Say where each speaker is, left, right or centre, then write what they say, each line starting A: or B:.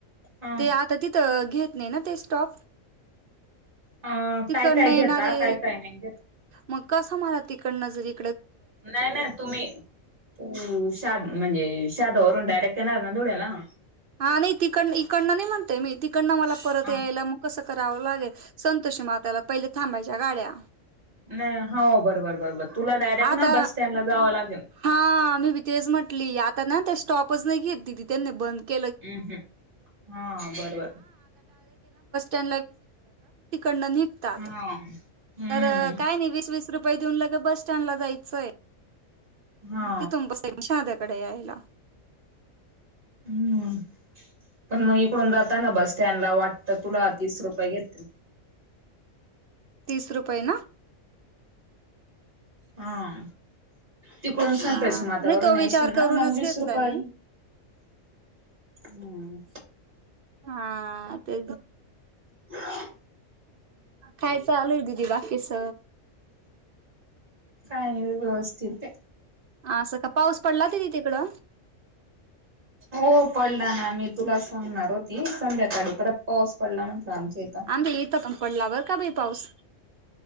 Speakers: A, on the right; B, on the right.
A: अ
B: ते आता तिथं घेत नाही ना ते स्टॉप
A: अ
B: तिकडनं
A: काय काय घेता
B: येणारे
A: काय काय नाही घेत
B: मग कस मला तिकडनं जरी
A: नाही नाही तुम्ही तू शा म्हणजे शादावरून डायरेक्ट तेणार ना धळेला
B: हा नाही तिकड इकडनं नाही म्हणते मी तिकडनं मला परत
A: ह
B: यायला मग कसं करावं लागेल संतोष मात्याला पहिले थांबायच्या गाड्या
A: नाही हो बरोबर बरोबर तुला डायरेक्ट
B: आता
A: ना बस स्टँडला जावं लागेल
B: हा मी बितेज म्हण ली आता स्टॉपच नाही घेत त्यां बंद
A: हम्म हा बरोबर
B: ा न निघतात
A: हा हम्म
B: तर काय नाही वीस वस रुपये देऊन लगे ब स्टँड ला जायचंय
A: हा
B: ते तु स शाध्याकडे यायला
A: हम्म पण मग इकडून जाताना बस स्टँडला वाटतं तुला तीस रुपये घेततील
B: तीस रुपये ना
A: हा. तिकडून संतोषी
B: हा
A: मात्यावरून
B: नाही तो
A: येशील
B: विचार
A: ना
B: करूनच
A: मग वीस
B: घेतलाय
A: रुपये.
B: मी.
A: हम्म.
B: हा ते.
A: ह.
B: खायच आलूय दीदी बाकी स
A: काय नाही व्यवस्थित आहे.
B: असं का पाऊस पडला ति तिकडं.
A: हो पडला ना मी तुला सांगणार होती संध्याका गडी परत पाऊस पडला म्हटलं आमच्या इथ.
B: आमच्या इथं पण पडला बरं का बाई पाऊस